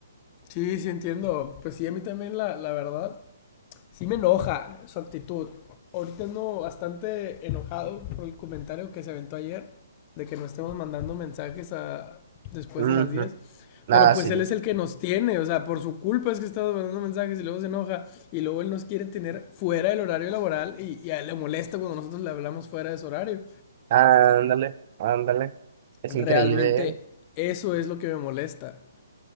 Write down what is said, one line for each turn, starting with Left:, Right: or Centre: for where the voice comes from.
Left: Sí, sí entiendo. Pues sí, a mí también la, la verdad. sí me enoja su actitud. Ahorita ando bastante enojado por el comentario que se aventó ayer de que no estemos mandando mensajes a después
Right: Ujú.
Left: de las 10.
Right: Nada,
Left: Pero pues
Right: sí.
Left: él es el que nos tiene, o sea, por su culpa es que estamos mandando mensajes y luego se enoja y luego él nos quiere tener fuera del horario laboral y, y a él le molesta cuando nosotros le hablamos fuera de ese horario.
Right: Ándale, ándale. Es
Left: Realmente
Right: increíble, ¿eh?
Left: eso es lo que me molesta.